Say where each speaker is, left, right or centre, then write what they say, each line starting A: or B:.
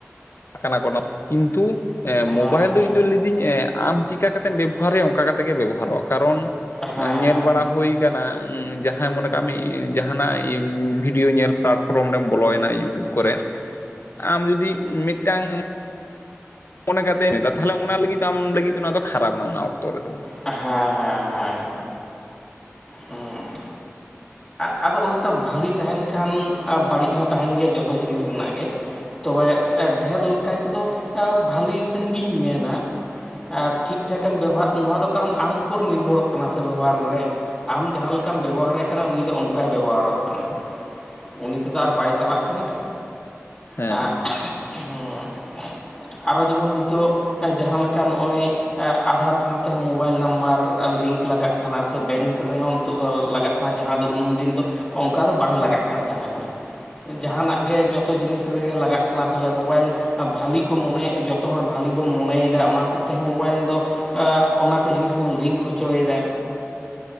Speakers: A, on the left; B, on the left.
A: ᱠᱟᱱᱟ ᱠᱚᱲᱟ ᱠᱤᱱᱛᱩ ᱢᱳᱵᱟᱭᱤᱞ
B: ᱦᱮᱸ
A: ᱫᱚ
B: ᱦᱮᱸ
A: ᱤᱧ ᱫᱚ ᱞᱟᱹᱭᱫᱟᱹᱧ ᱮ ᱟᱢ ᱪᱤᱠᱟ ᱠᱟᱛᱮᱢ ᱵᱮᱵᱚᱦᱟᱨᱭᱟ ᱚᱱᱠᱟ ᱠᱟᱛᱮ ᱜᱮ ᱵᱮᱵᱚᱦᱟᱨᱚᱜᱼᱟ ᱠᱟᱨᱚᱱ
B: ᱦᱮᱸ
A: ᱧᱮᱞ ᱵᱟᱲᱟ ᱦᱩᱭ ᱠᱟᱱᱟ ᱡᱟᱦᱟᱸᱭ ᱢᱚᱱᱮ ᱠᱟᱜ ᱢᱮ ᱡᱟᱦᱟᱱᱟᱜ ᱵᱷᱤᱰᱭᱳ ᱧᱮᱞ ᱯᱮᱞᱟᱴᱯᱷᱨᱚᱢ ᱨᱮᱢ ᱵᱚᱞᱚᱭᱮᱱᱟ ᱤᱭᱩᱴᱩᱵᱽ ᱠᱚᱨᱮ ᱟᱢ ᱡᱩᱫᱤ ᱢᱤᱫᱴᱟᱝ ᱢᱚᱱᱮ ᱠᱟᱛᱮ ᱱᱮᱛᱟ ᱛᱟᱦᱚᱞᱮ ᱚᱱᱟ ᱞᱟᱹᱜᱤᱫ ᱟᱢ ᱞᱟᱹᱜᱤᱫ ᱚᱱᱟ ᱫᱚ ᱠᱷᱟᱨᱟᱯ ᱮᱱᱟ ᱚᱱᱟ ᱚᱠᱛᱚ ᱨᱮᱫᱚ
B: ᱦᱮᱸ ᱦᱮᱸ ᱦᱮᱸ ᱦᱩᱸ
A: <inaudible>
B: ᱟᱫᱚ ᱚᱱᱮ ᱛᱚ ᱵᱦᱟᱹᱞᱤ ᱛᱟᱦᱮᱱ ᱠᱷᱟᱱ ᱵᱟᱹᱲᱤᱡ ᱦᱚᱸ ᱛᱟᱦᱮᱱ ᱜᱮᱭᱟ ᱡᱚᱛᱚ ᱡᱤᱱᱤᱥ ᱨᱮᱱᱟᱜ ᱜᱮ ᱾ ᱛᱚᱵᱮ ᱰᱷᱮᱨ ᱠᱟᱭ ᱛᱮᱫᱚ ᱵᱷᱟᱞᱤ ᱥᱮᱱ ᱜᱤᱧ ᱢᱮᱱᱟ ᱴᱷᱤᱠ ᱴᱷᱟᱠᱮᱢ ᱵᱮᱵᱚᱦᱟᱨ ᱱᱚᱣᱟ ᱫᱚ ᱠᱟᱨᱚᱱ ᱟᱢ ᱩᱯᱚᱨ ᱱᱤᱨᱵᱷᱚᱨᱚᱜ ᱠᱟᱱᱟ ᱥᱮ ᱵᱮᱵᱚᱦᱟᱨ ᱨᱮ᱾ ᱟᱢ ᱡᱟᱦᱟᱸ ᱞᱮᱠᱟᱢ ᱵᱮᱵᱚᱦᱟᱨᱮ ᱠᱟᱱᱟ ᱩᱱᱤ ᱫᱚ ᱚᱱᱠᱟᱭ ᱵᱮᱵᱚᱦᱟᱨᱚᱜ ᱠᱟᱱᱟ᱾ ᱩᱱᱤ ᱛᱮᱫᱚ ᱟᱨ ᱵᱟᱭ ᱪᱟᱞᱟᱜ ᱠᱟᱱᱟ
A: ᱦᱮᱸ
B: ᱮ ᱦᱮᱸ ᱟᱨᱚ ᱡᱮᱢᱚᱱ ᱱᱤᱛᱚᱜ ᱡᱟᱦᱟᱸ ᱞᱮᱠᱟ ᱱᱚᱜᱼᱚᱭ ᱮ ᱟᱫᱷᱟᱨ ᱥᱟᱶ ᱛᱮᱦᱚᱸᱼᱼ ᱢᱳᱵᱟᱭᱤᱞ ᱱᱟᱢᱵᱟᱨ ᱞᱤᱝᱠ ᱞᱟᱜᱟᱜ ᱠᱟᱱᱟ ᱥᱮ ᱵᱮᱝᱠ ᱨᱮᱦᱚᱸ ᱱᱤᱛᱚᱜ ᱫᱚ ᱞᱟᱜᱟᱜ ᱠᱟᱱᱟ ᱡᱟᱦᱟᱸ ᱫᱚ ᱩᱱᱫᱤᱱ ᱫᱚᱼᱼ ᱚᱱᱠᱟ ᱫᱚ ᱵᱟᱝ ᱞᱟᱜᱟᱜ ᱠᱟᱱ ᱛᱟᱦᱮᱱᱟ᱾ ᱡᱟᱦᱟᱱᱟᱜ ᱜᱮ ᱡᱚᱛᱚ ᱡᱤᱱᱤᱥ ᱨᱮᱜᱮ ᱞᱟᱜᱟᱜ ᱠᱟᱱᱟ ᱛᱟᱦᱚᱞᱮ ᱢᱳᱵᱟᱭᱤᱞ ᱵᱷᱟᱹᱞᱤ ᱠᱚ ᱢᱚᱱᱮ ᱡᱚᱛᱚ ᱦᱚᱲ ᱵᱷᱟᱹᱞᱤ ᱵᱚᱱ ᱢᱚᱱᱮᱭᱮᱫᱟ ᱚᱱᱟ ᱦᱚᱛ ᱮᱡ ᱛᱮᱦᱚᱸ ᱢᱳᱵᱟᱭᱤᱞ ᱫᱚ ᱮ ᱚᱱᱟᱼᱼ ᱠᱚ ᱡᱤᱱᱤᱥ ᱵᱚᱱ ᱞᱤᱝᱠ ᱦᱚᱪᱚᱭᱮᱫᱟ